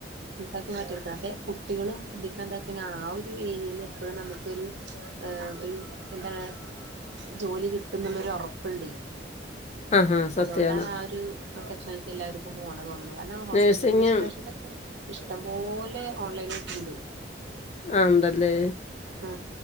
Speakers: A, on the right (about 70°); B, on the left (about 35°).
A: മാറ്റടുത്തെ അപ്പെ കുട്ടികളും ശ്രദ്ധിക്കണ എന്താ വെച്ചൊ ആ ഒരു ഏരിയയില് ഇപ്പോഴ നമുക്കൊരു ഒരു എന്താണ് ജോലി കിട്ടും കിട്ടൊനൊള്ളരു ഉറപ്പുണ്ട്
B: ആ ഹാ സത്യമാണ്
A: അതുകൊണ്ടാണ് ആ ഒരു സെക്ഷനിലേക്ക് എല്ലാവും ഇപ്പോ പോണ തോന്നുന്നത് കാരണം ഹോസ്പിറ്റൽ
B: നേഴ്സിങ്
A: അഡ്മിനിസ്ട്രേഷനൊക്കെ ഇഷ്ടംപോലെ ഓൺലൈനിൽ ഉണ്ട്
B: ആ ഉണ്ടല്ലേ
A: ആ